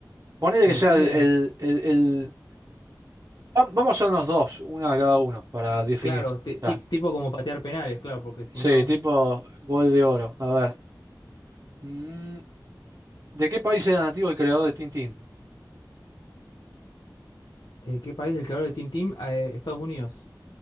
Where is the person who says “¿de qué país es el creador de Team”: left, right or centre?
Left